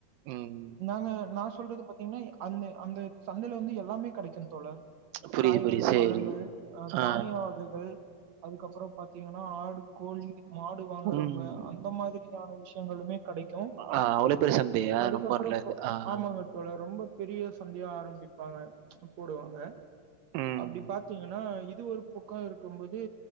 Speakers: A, on the right; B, on the right.
A: ம்.
B: நாங்க நா சொல்றது பாத்தீங்கன்னா அந்த அந்த சந்தையில வந்து எல்லாமே கிடைக்கோ தோழர்
A: புரியுது,
B: காய்கள்,
A: புரியுது. சரி.
B: பழங்கள், அ
A: ஆ.
B: தானியா வகைகள் அதுக்கப்பறோ பாத்தீங்கன்னா ஆடு, கோழி, மாடு வாங்குறவங்க
A: ம்.
B: அந்த மாரியான விஷயங்களுமே கெடைக்கோ
A: ஆ அவ்ளோ பெரிய சந்தையா?
B: அதுக்கப்பறோ
A: ரொம்ப நல்லது.
B: போ
A: ஆ
B: ஆமாங்க தோழர் ரொம்ப பெரிய சந்தையா ஆரம்பிப்பாங்க போடுவாங்க
A: ம்.
B: அப்டி பாத்தீங்கனா இது ஒரு பு க்கோ இருக்கும்போது